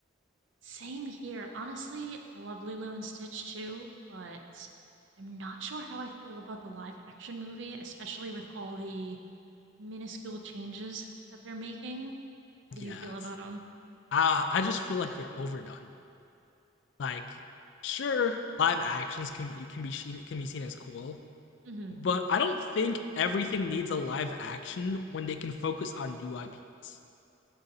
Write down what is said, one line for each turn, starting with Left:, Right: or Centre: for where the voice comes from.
Right: Same here. Honestly, I love Lilo and Stitch too, but I'm not sure how I feel about the live action movie, especially with all the minuscule changes that they're making.
Left: <laughs>
Right: How do
Left: yes.
Right: you feel about them?
Left: I, I just feel like they're overdone. Like, sure, live actions can can be seen, can be seen as cool,
Right: hmm
Left: but I don't think everything needs a live action when they can focus on new IPs.